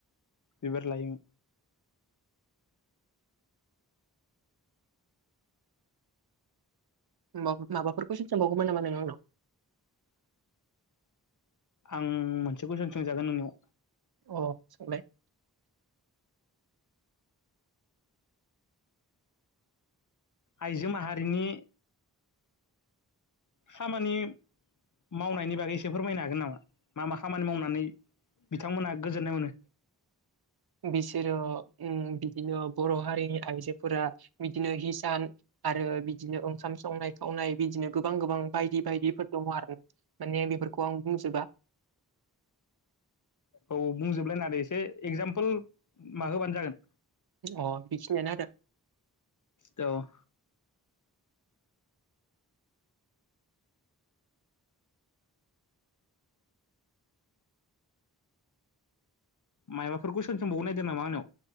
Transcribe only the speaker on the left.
बिबार लायोमोन
आं मोनसे कुइसन सोंजागोन नोंनियाव
आइजो माहारिनि खामानि मावनायनि बागै एसे फोरमायनो हागोन नामा मा मा खामानि मावनानै बिथांमोनहा गोजोननाय मोनो
औ बुंजोबलायनानै एसे एगजामफोल मा होबानो जागोन
औ मायबाफोर कुइसन सोंबावनो नायदों नामा आंनियाव